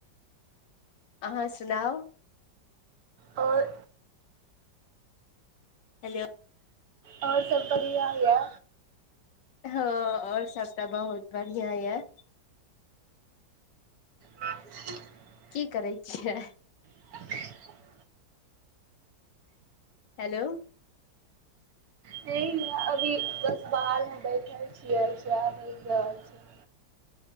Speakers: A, on the left (about 75°); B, on the right (about 60°).
A: अहाँ सुनाउ।
B: आओर।
A: <unintelligible>
B: ओर सब बढ़िया यऽ।
A: हँ और सभतऽ बहुत बढ़ििया य।
B: <inaudible>
A: की करै छियै।
B: अ। <inaudible>
A: हेलो।
B: हे य अभी बस बाहर मे बैठल छियै सह बठ रहल छै।